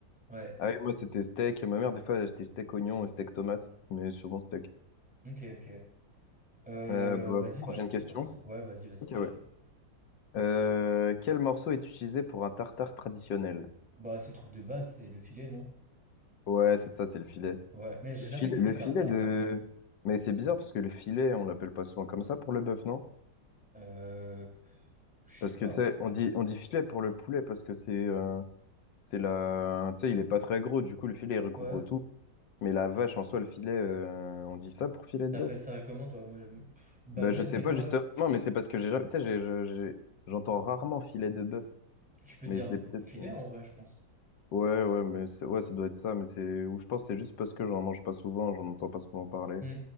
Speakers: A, in the centre; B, on the left (about 80°).
A: Ouais,
B: Ah, oui, moi, c'était steak. Ma mère, des fois, elle achetait steak oignon et steak tomate, mais souvent steak.
A: ok, ok. Euh,
B: Euh, bah,
A: vas-y,
B: prochaine
A: bah, tu peux
B: question.
A: faire le deuxième. Ouais, vas-y, vas-y,
B: Ok,
A: je
B: ouais.
A: te laisse.
B: Euh, quel morceau est utilisé pour un tartare traditionnel?
A: Bah, c'est le truc de base, c'est le filet, non?
B: Ouais, c'est ça, c'est le filet.
A: Ouais, mais j'ai
B: Le
A: jamais
B: filet,
A: goûté
B: le
A: le
B: Ouais,
A: tartare,
B: filet de...
A: moi.
B: Mais c'est bizarre parce que le filet, on l'appelle pas souvent comme ça pour le bœuf, non?
A: Euh, je
B: Parce
A: sais pas.
B: que, tu sais, on dit, on dit filet pour le poulet parce que c'est euh, c'est la... Tu sais, il est pas très gros, du coup, le filet, il recouvre
A: Ouais.
B: tout. Mais la vache, en soi, le filet, euh, on dit ça pour filet de
A: T'appelles
B: bœuf?
A: ça comment, toi? Moi, je- pff, bavette,
B: Ben, je sais
A: des
B: ouais. pas,
A: fois.
B: justement, mais c'est parce que j'ai jamais... Tu sais, j'ai- j'ai- j'ai- j'entends rarement filet de bœuf.
A: Tu peux
B: Mais
A: dire
B: c'est peut-être...
A: filet,
B: euh,
A: en vrai, je pense.
B: Ouais, ouais, mais c'est- ouais, ça doit être ça, mais c'est ou je pense que c'est juste parce que j'en mange pas souvent, j'en entends pas souvent parler.
A: Mm.